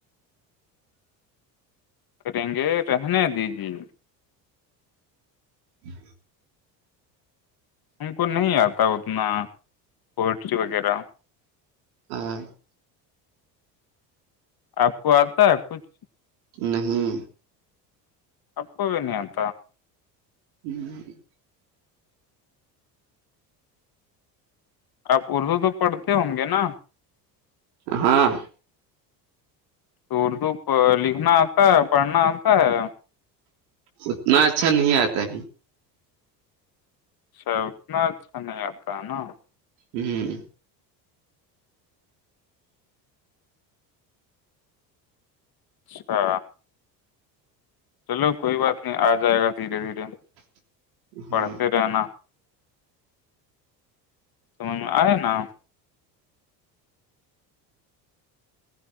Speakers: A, on the left (about 45°); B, on the right (about 75°).
A: کریں گے رہنے دیی
B: ہ
A: ہم کو نہیں آتا اتنا پوئٹری وغیرہ
B: ہاں
A: آپ کو آتا ہے کچھ
B: نہیں
A: اپو بین ات
B: ہوں
A: آپ اردو تو پڑھتے ہوں گے نا
B: ہاں
A: تو اردو لکھنا آتا ہے پڑھنا آتا ہے
B: اتنا اچھا نہیں آتا ابھی
A: شتناچ نہیں آپا نا
B: ہ ہ
A: اچھا چلو کوئی بات نہیں آ جائے گا دھیرے دھیرے
B: ہاں
A: پڑھتے رہنا سمجھ میں آیا نا